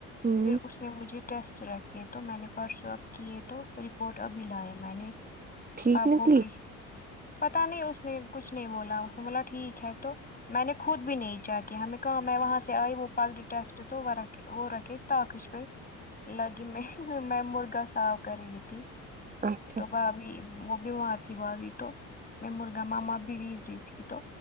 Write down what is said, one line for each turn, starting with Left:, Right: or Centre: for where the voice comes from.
Right: ہوں
Left: پھر اس نے مجھے ٹیسٹ رکھے تو میں نے پرسوں اب کیے تو رپورٹ ابھی لائے میں نے
Right: ٹھیک
Left: اب
Right: نکلی
Left: ہوگی پتا نہیں اس نے کچھ نہیں بولا اس نے بولا ٹھیک ہے تو میں نے خود بھی نہیں چیک کیا ہمیں کہاں میں وہاں سے آئی وہ پل ٹیسٹ تو واں رکھ وہ رکھے ٹاخش پہ لگی میں میں مرغا صاف کر رہی تھی
Right: اچھا
Left: تو بھابھی وہ بھی وہاں تھی بھابھی تو میں مرغا مما بھی بزی تھی تو